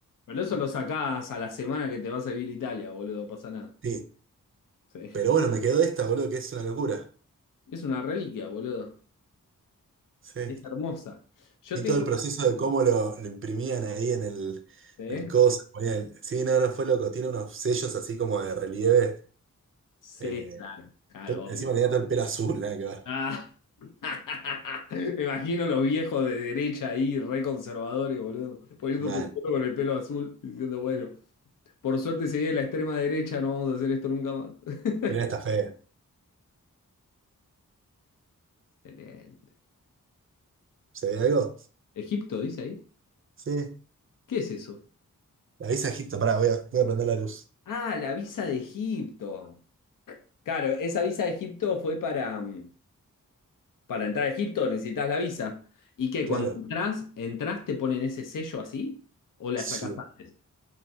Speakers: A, on the left; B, on the right.
A: Pero eso lo sacás a la semana que te vas a vivir a Italia, boludo, no pasa nada.
B: Sí.
A: Sí.
B: Pero bueno, me quedó esta, boludo, que es una locura.
A: Es una reliquia, boludo.
B: Sí.
A: Es hermosa. Yo
B: Vi
A: tengo
B: todo el
A: una,
B: proceso de cómo lo, lo imprimían ahí en el,
A: ¿eh?
B: en el coso. ponían- Sí, no, no fue loco. Tiene unos sellos así como de relieve.
A: Sí,
B: Eh,
A: claro, claro,
B: yo
A: obvio.
B: encima tenía todo el pelo azul, <laughs> nada que ver.
A: Ah. <laughs> Me imagino los viejos de derecha ahí, re conservadores, boludo, poniendo
B: Man,
A: tu foto con el pelo azul, diciendo, bueno, por suerte se viene la extrema derecha, no vamos a hacer esto nunca más. <laughs>
B: mirá esta fe.
A: Excelente.
B: ¿Se ve algo?
A: ¿Egipto dice ahí?
B: Sí.
A: ¿Qué es eso?
B: Avisa, Egipto, pará, voy a, voy a prender la luz.
A: Ah, la visa de Egipto. Claro, esa visa de Egipto fue para, mm, para entrar a Egipto, necesitas la visa. ¿Y qué? Cuando
B: Claro,
A: entras, entras, te ponen ese sello así o la
B: sí.
A: sacás antes?